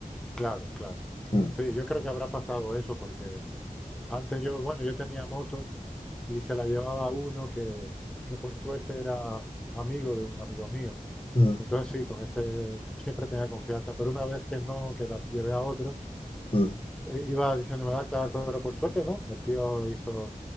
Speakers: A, in the centre; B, on the left.
A: Claro, claro.
B: Mm,
A: Sí, yo creo que habrá pasado eso porque antes yo, bueno, yo tenía moto y se la llevaba uno que, que por suerte era amigo de un amigo mío.
B: mm,
A: Y entonces sí, con ese siempre tenía confianza, pero una vez que no, que la llevé a otro,
B: mm,
A: eh, iba diciendo, me va a clavar, pero por suerte no. El tío hizo